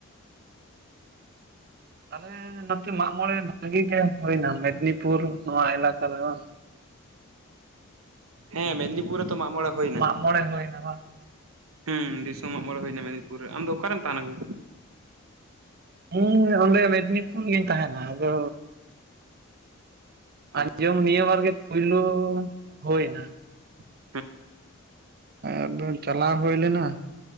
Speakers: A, on the right; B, on the right.
A: ᱛᱟᱦᱚᱞᱮ ᱱᱚᱛᱮ ᱢᱟᱜᱢᱚᱬᱮ ᱵᱷᱟᱹᱜᱤ ᱜᱮ ᱦᱩᱭ ᱮᱱᱟ ᱢᱮᱫᱽᱱᱤᱯᱩᱨ ᱱᱚᱶᱟ ᱮᱞᱟᱠᱟ ᱨᱮ ᱵᱟᱝ
B: ᱦᱮᱸ ᱢᱮᱫᱽᱱᱤᱯᱩᱨ ᱨᱮ ᱛᱚ ᱢᱟᱜ ᱢᱚᱬᱮ ᱦᱩᱭ ᱮᱱᱟ
A: ᱢᱟᱜ ᱢᱚᱬᱮ ᱦᱩᱭᱱᱟ ᱵᱟᱝ
B: ᱦᱮᱸ ᱫᱤᱥᱚᱢ ᱢᱚᱜᱢᱚᱬᱮ ᱦᱩᱭ ᱮᱱᱟ ᱢᱮᱫᱽᱤᱯᱩᱨ ᱨᱮ ᱟᱢᱫᱚ ᱚᱠᱟ ᱨᱮᱢ ᱛᱟᱦᱮᱱᱟ ᱜᱚᱢ...
A: ᱦᱮᱸ ᱤᱧ ᱫᱚ ᱚᱸᱰᱮ ᱢᱮᱫᱽᱱᱤᱯᱩᱨ ᱨᱤᱧ ᱛᱟᱦᱮᱱᱟ ᱟᱫᱚ ᱟᱸᱡᱚᱢ
B: ᱟᱪᱪᱷᱟ
A: ᱱᱤᱭᱟᱹ ᱵᱟᱨ ᱜᱮ ᱯᱩᱭᱞᱩ ᱦᱩᱭ ᱮᱱᱟ
B: ᱟᱨ
A: ᱮᱠᱫᱚᱢ ᱪᱟᱞᱟᱣ ᱦᱩᱭ ᱞᱮᱱᱟ